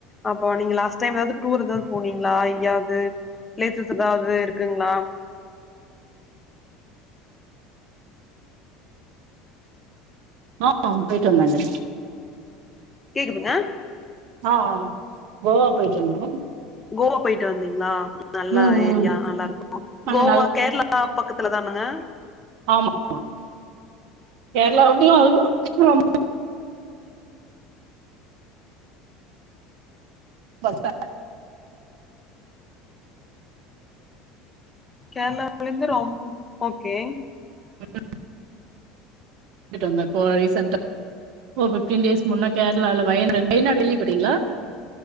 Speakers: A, on the left; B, on the right.
A: அப்போ நீங்க லாஸ்ட் டைம் ஏதாவது டூர் ஏதாவது போனீங்களா எங்கேயாவது பிளேசஸ் ஏதாவது இருக்குங்களா
B: ஆஹ் போய்ட்டு வந்தாக
A: கேக்குதுங்க
B: ஆஹ் கோவ போய்ட்டு வந்த
A: கோவா போயிட்டு வந்தீங்களா நல்லா
B: ம், ம்.
A: ஏரியா நல்லா இருக்கு
B: அங்க
A: கோவா கேரளா பக்கத்துல தானுங்க
B: ஆமாமா கேரளா <inaudible> <unintelligible>
A: கேரளாவில இருந்து ரொம்ப ஓகே
B: ம் ங்க இ ரீசொ ஃபிஃப்டீன் டேஸ் முன்னா கேரளாலல வயநாடு வயநாடு கேள்விப்பட்ருக்கீங்களா